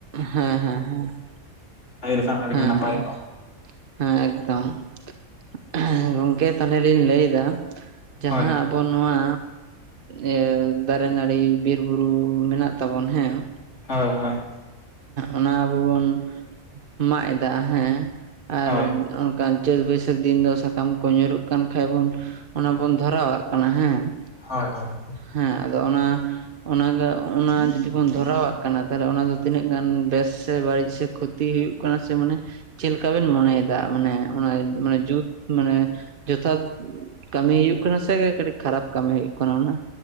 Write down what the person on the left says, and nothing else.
ᱞᱟᱹᱭ ᱞᱮᱠᱷᱟᱱ ᱟᱹᱰᱤᱜᱮ
ᱱᱟᱯᱟᱭᱚᱜᱼᱟ
ᱦᱳᱭ
ᱦᱳᱭ ᱦᱳᱭ ᱾
ᱦᱳᱭ ᱦᱳᱭ
ᱦᱳᱭ ᱦᱳᱭ ᱾